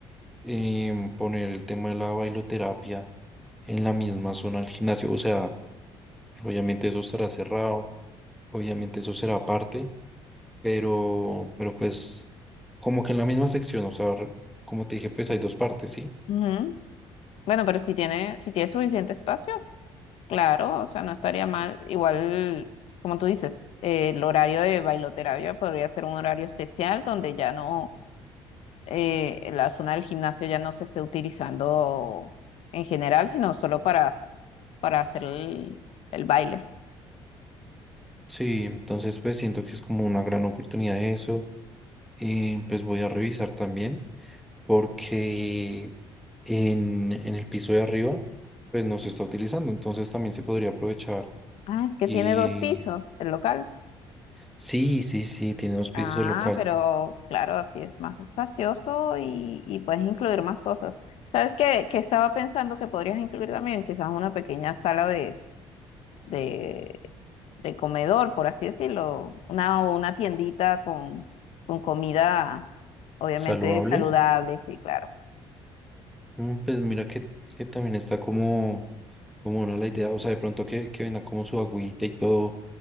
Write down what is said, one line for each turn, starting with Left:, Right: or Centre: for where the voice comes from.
Centre: em, poner el tema de la bailoterapia en la misma zona del gimnasio. O sea, obviamente eso estará cerrado, obviamente eso será aparte, pero, pero pues como que en la misma sección, o sea, re- como te dije, pues hay dos partes, ¿sí?
Left: ujú. Bueno, pero si tiene, si tiene suficiente espacio. Claro, o sea, no estaría mal. Igual, como tú dices, eh, el horario de bailoterapia podría ser un horario especial donde ya no, eh, la zona del gimnasio ya no se esté utilizando en general, sino solo para, para hacer el, el baile.
Centre: Sí, entonces pues siento que es como una gran oportunidad eso. Eh, pues voy a revisar también porque en, en el piso de arriba pues no se está utilizando, entonces también se podría aprovechar
Left: Ah, es que
Centre: y
Left: tiene dos pisos el local.
Centre: sí, sí, sí, tiene dos pisos
Left: Ah,
Centre: de local.
Left: pero claro, así es más espacioso y, y puedes incluir más cosas. ¿Sabes qué, que estaba pensando que podrías incluir también? Quizás una pequeña sala de... de de comedor, por así decirlo, una, una tiendita con, con comida, obviamente
Centre: saludable.
Left: saludable, sí, claro.
Centre: Mm, Pues mira que, que también está como, como una la idea, o sea, de pronto que, que vendan como su agüita y todo,